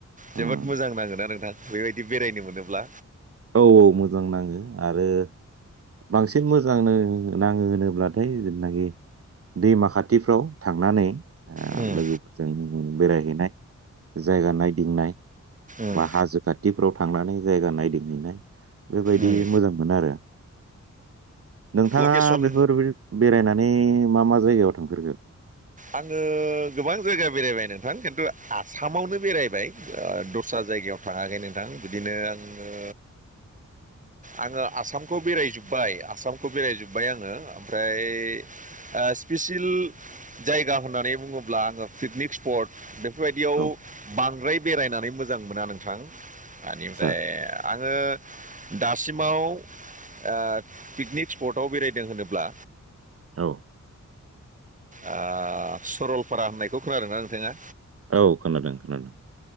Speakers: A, on the right; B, on the right.
A: जोबोद
B: उम
A: मोजां नांगोना नोंथां बेबायदि बेरायनो मोनोब्ला
B: औ-औ मोजां नाङो आरो बांसिन मोजांनो नाङो होनोब्लाथाय जेनाखि दैमा खाथिफ्राव थांनानै ओ
A: उम
B: लोगोफोरजों बेरायहैनाय जायगा नायदिंनाय
A: उम
B: बा हाजो खाथिफ्राव थांनानै जायगा नायदिंहैनाय बेबायदि
A: उम
B: मोजां मोनो आरो नोंथाङा
A: लकेसन
B: बेफोर बेरायनानै मा-मा जायगायाव थांफेरखो
A: आङो गोबां जायगा बेरायबाय नोंथां खिन्थु आसामावनो बेरायबाय ओ दस्रा जायगायाव थाङाखै नोंथां बिदिनो आङो ओ आङो आसामखौ बेरायजोब्बाय -आसामखौ बेरायजोब्बाय आङो ओमफ्राय ओ स्पिसिल जायगा होननानै बुङोब्ला आङो पिकनिक स्पट बेफोरबायदियाव
B: औ
A: बांद्राय बेरायनानै मोजां मोजां मोना नोंथां ब आनिफ्राय
B: आदसा
A: आङो दासिम माव ओ पिकनिक स्पटआव बेरायदों होनोब्ला
B: औ।
A: ओ सरलपारा होननायखौ खोनादोंना नोंथाङा?
B: औ खोनादों-खोनादों।